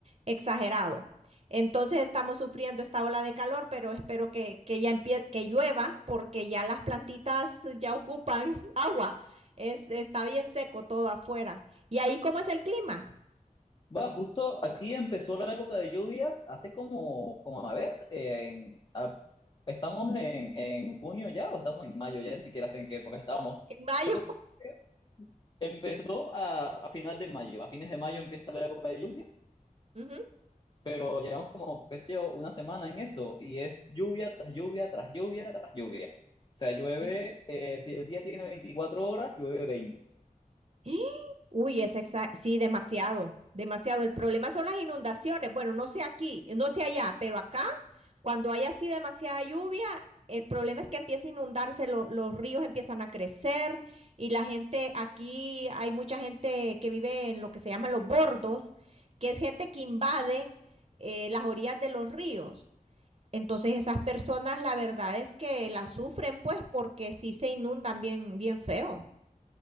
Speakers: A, on the right; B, on the left.
A: exagerado. Entonces estamos sufriendo esta ola de calor, pero espero que, que ya empie que llueva porque ya las plantitas ya ocupan <laughs> agua. Es, está bien seco todo afuera. ¿Y ahí cómo es el clima?
B: Va, justo aquí empezó la época de lluvias, hace como, como a ver, en- a- estamos en, en junio ya o estamos en mayo ya, ni siquiera sé en qué época estamos.
A: En mayo.
B: La época de lluvias Empezó a, a final de mayo, a fines de mayo empieza la época de lluvias,
A: Ujú.
B: pero llevamos como, qué sé yo, una semana en eso y es lluvia tras lluvia tras lluvia tras lluvia. O sea, llueve,
A: Y-
B: eh, si el día tiene 24 horas, llueve 20.
A: <gasps> ¡Ah! Uy, es exa- sí, demasiado, demasiado. El problema son las inundaciones. Bueno, no sé aquí, no sé allá, pero acá. Cuando hay así demasiada lluvia, el problema es que empieza a inundarse, lo- los ríos empiezan a crecer y la gente, aquí hay mucha gente que vive en lo que se llaman los bordos, que es gente que invade eh, las orillas de los ríos. Entonces esas personas la verdad es que las sufren pues porque sí se inundan bien, bien feo.